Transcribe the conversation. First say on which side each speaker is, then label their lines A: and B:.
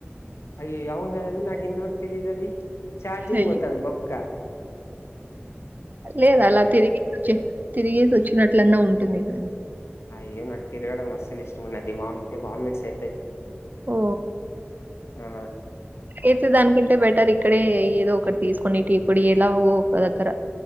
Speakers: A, on the left (about 75°); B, on the right (about 40°).
A: అయాయ్యె అవును కదండి నాకు ఇంత వరకు తెలిదు అది చార్జి
B: హెయ్
A: పొతది బొక్క
B: లేదు అలా తిరిగి వచ్చి తిరిగిసి వచ్చినట్లన్నా ఉంటుంది కద
A: అయ్యో నాకు తిరగడం అస్సలు ఇష్టంన్నది వామింటే వామిట్స్ అయితాయి
B: ఓ
A: ఆ
B: ఎతే దానింటే బె అంటారు ఇక్కడే ఏదో ఒకటి తీసుకొని టీ పొడి ఎలాగో ఒక దగ్గర